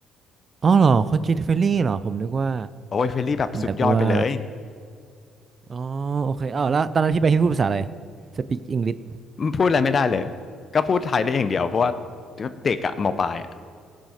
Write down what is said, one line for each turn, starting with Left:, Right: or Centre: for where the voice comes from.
Right: อ๋อเหรอคนจีนเฟรนลี่เหรอผมนึกว่า
Left: โอ้ยเฟรนลี่แบบสุดยอดไปเลย
Right: แบบว่าอ๋อโอเคเออแล้วตอนนั้นพี่ไปพี่พูดภาษาอะไรสปีกอังกฤษ
Left: พูดอะไรไม่ได้เลยก็พูดไทยได้อย่างเดียวเพราะว่าเด็กอะมปลายอะ